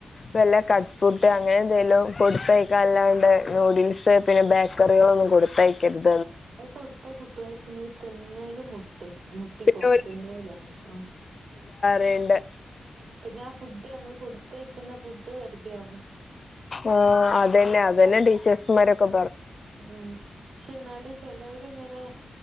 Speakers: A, on the left (about 35°); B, on the right (about 80°).
A: വല്ല കട്ട് ഫ്രൂട്സ് അങ്ങനെ എന്തെലും കൊടുത്തയക്കാൻ അല്ലാണ്ട് നൂഡിൽസ് പിന്നെ ബേക്കറികളൊന്നും കൊടുത്തയക്കരുത്
B: അ കൊടുത്ത കുട്ടികൾ പിന്നെ തിന്നല് മുട്ടും മുട്ടി
A: പിന്നെ
B: പോം
A: ഒരു
B: തിന്നല ആ
A: വേണ്ട്
B: പിന്നെ ആ ഫുഡ് നമ്മൾ കൊടുത്തയക്കുന്ന ഫുഡ് വെറുതെ ആകും
A: ആ അതന്നെ അതന്നെ ടീച്ചസമാരൊക്കെ
B: ഉം പക്ഷെ എന്നാലും ചിലവര് ഇങ്ങനെ